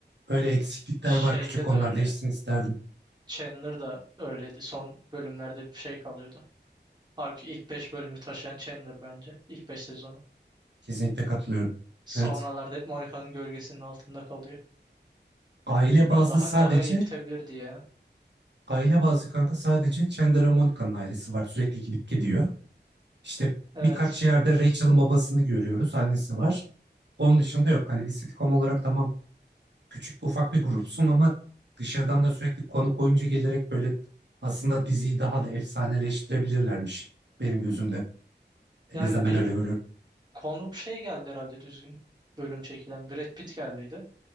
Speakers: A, on the right (about 75°); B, on the right (about 25°).
A: Öyle eksiklikler
B: Şeyde
A: var küçük onlar
B: de öyle.
A: değişsin isterdim.
B: Chandler da öyleydi. Son bölümlerde bir şey kalıyordu. Halbuki ilk 5 bölümü taşıyan Chandler bence. İlk 5 sezonu.
A: Kesinlikle katılıyorum.
B: Sonralarda
A: Evet.
B: hep Monica'nın gölgesinin altında kalıyor.
A: Aile bazlı
B: Bilmiyorum daha
A: sadece,
B: daha iyi bitebilirdi ya.
A: aile bazlı kanka sadece Chandler Monica'nın ailesi var. Sürekli gidip gidiyor. İşte
B: Evet.
A: birkaç yerde Rachel'ın babasını görüyoruz. Annesi var. Onun dışında yok. Hani bir sitcom olarak tamam küçük bir ufak bir grupsun ama dışarıdan da sürekli konuk oyuncu gelerek böyle aslında diziyi daha da efsaneleştirebilirlermiş benim gözümde. En
B: Yani
A: azından ben
B: bir
A: öyle görüyorum.
B: konuk şey geldi herhalde düzgün bölüm çekilen. Brad Pitt geldiydi.